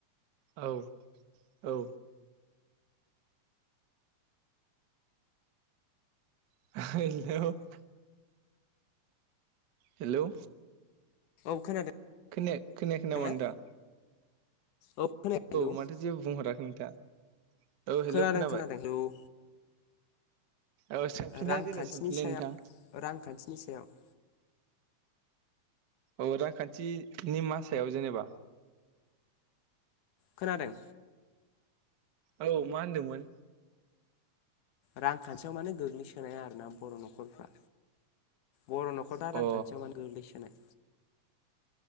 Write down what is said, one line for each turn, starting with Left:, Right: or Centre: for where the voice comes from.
Right: औ औ <unintelligible> हेलौ
Left: औ खोनादों।
Right: खोनाया खोनायाखै नामा
Left: ना
Right: नोंथां?
Left: औ। खोनाया हेलौ
Right: माथो जेबो बुंहराखै नोंथाङा औ हेलौ
Left: खोनादों
Right: खोनाबाय
Left: खोनादों हेलौ औ।
Right: औ सोंफिनलाय
Left: रांखान्थिनि
Right: देलाय सोंफिनलाय
Left: सायाव
Right: नोंथां
Left: रांखान्थिनि सायाव। <inaudible>
Right: औ रांखान्थिनि मा सायाव जेनेबा?
Left: खोनादों।
Right: औ मा होनदोंमोन
Left: रांखान्थियाव मानो गोग्लैसोनाय आरोना बर' न'खरफ्रा? बर' न'खरा रांखान्थियाव
Right: अ
Left: मानो गोग्लैसोनाय?